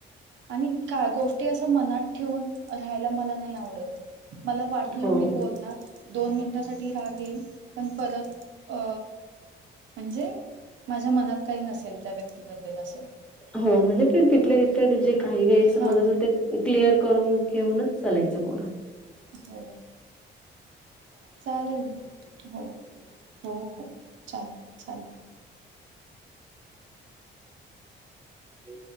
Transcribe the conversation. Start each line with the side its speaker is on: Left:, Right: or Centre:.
Right: आणि का गोष्टी असं मनात ठेवून राहायला मला नाही आवडत मला वाटलं
Centre: हो
Right: मी बोलणार. दोन मिनिटांसाठी राग येईल पण परत अ म्हणजे माझ्या मनात काही नसेल त्या व्यक्तीबद्दल असं.
Centre: हो म्हणजे ते तिथल्या तिथे जे काही गैरसमज
Right: हा
Centre: असेल ते क्लिअर करून घेऊनच चलायचं पुढं.
Right: हो चालल मग हो हो हो चाल चालेल.
Centre: हो